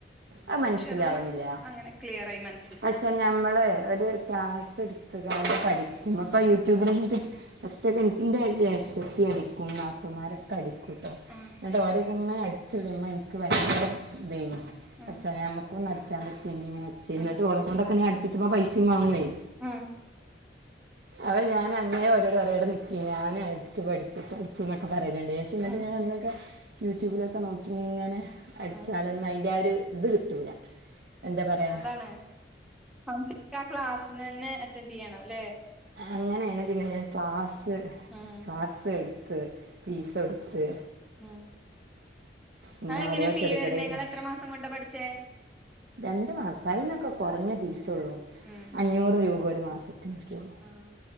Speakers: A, on the right (about 60°); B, in the centre.
A: അത് മനസ്സിലാവണില്ല
B: പക്ഷെ അതൊന്ന് അങ്ങനെ ക്ലിയറായി മൻ
A: പക്ഷെ ഞമ്മള് ഒരു ക്ലാസ് സ്ട്ത്ത്ക്കാട്ട് പഠിക്കുമ്പം ഇപ്പം യൂട്യൂബില് <unintelligible> ഫസ്റ്റ്ക്കെ ഇൻ ഇൻ്റെ ജേഷ്ടത്തി അടിക്കും. നാത്തുമാരൊക്കെ അടിക്കൂട്ടോ.
B: ആഹ്
A: ഇന്നട്ട് ഓരക്കെ ഇങ്ങനെ അടിച്ചിടുമ്പം ഇൻക്ക് ഭയങ്കര ഇതേനി. പടച്ചോനേ
B: ആഹ്
A: നമുക്കും ഒന്ന് അട്ച്ചാൻ പറ്റിയെങ്കിങ്ങനെ അടിച്ചേനി ഇന്നട്ട്
B: ആഹ്
A: ഓളക്കൊണ്ടൊക്കെ ഞാൻ അടുപ്പിച്ചുംമ്പം പൈസിം മാങ്ങുവേ.
B: ആഹ്
A: അവ ഞാൻ അന്നേ ഓരോട് പറയാ ടെ നിക്കി ഞാൻ അടിച്ച് പഠിച്ചിട്ടടിച്ചും എന്നൊക്ക പറയലണ്ട് പക്ഷെ
B: ഉം
A: ഞാൻ അന്നൊക്കെ യൂട്യൂബിലൊ ക്കെ നോക്കി ഇങ്ങനെ അടിച്ചാലൊന്നും
B: ഉം
A: അയിൻ്റെ ആ ഒരു ഇത് കിട്ടൂല്ല. എന്താ പറയാ
B: അണ്. <unintelligible> ക്ലാസ് നെന്നെ അറ്റൻഡ് ചെയ്യണം ല്ലെ.
A: അങ്ങനേണ് പിന്നെ ഞാൻ ക്ലാസ്
B: ഉം
A: ക്ലാസ് എടുത്ത് ഫീസൊടുത്ത്
B: ഉം
A: ഇങ്ങനെ
B: അഎങ്ങനെ
A: ഓരോ
B: ഫീ
A: ചെറിയ
B: വര്ണേ
A: ചെറിയ
B: നിങ്ങള്
A: ക-
B: എത്ര മാസം കൊണ്ടാ പഠിച്ചേ?
A: രണ്ട് മാസാ. അയിനൊക്കെ കൊറഞ്ഞ ഫീസൊള്ളൂ.
B: ഉം
A: അഞ്ഞൂറ് രൂപ ഒരു മാസത്തിന് അത്രയൊള്ളൂ.
B: ആഹ്.